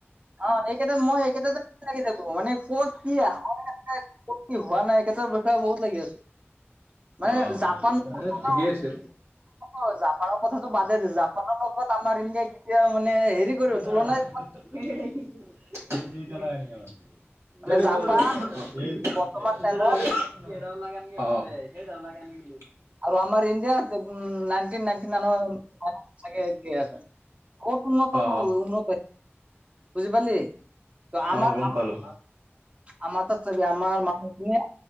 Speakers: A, on the right; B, on the right.
A: অঁ এইকেইতা মই এইকেইটা যে চিনাকি থাকো মানে কত কি আহুং। ক'ত কি হোৱা নাই একেইটাৰ বিষয়ে বহুত লাগি আছো। মানে
B: অ
A: জাপান ঘটনা
B: এ ঠিকেই আছে
A: হল। জাপানৰ কথাটো বাদে দে জাপানৰ লগত আমাৰ ইণ্ডিয়াই কেতিয়াও মানে হেৰি কৰি
B: <unintelligible>
A: তুলনাই
B: <unintelligible>
A: মানে জাপান বৰ্তমান টাইমত আৰু আমাৰ ইণ্ডিয়া আছে উম নাইন নাইনটি নাইনৰ আৰু চাগে এতিয়াও আছা, বহুত উন্নত
B: অ অ
A: উন্নতি হয় বুজি পালি ত আমাৰ
B: অ গম
A: আমাৰ
B: পালো
A: আমাৰ তাত চাবি, আমাৰ মানুখিনিয়ে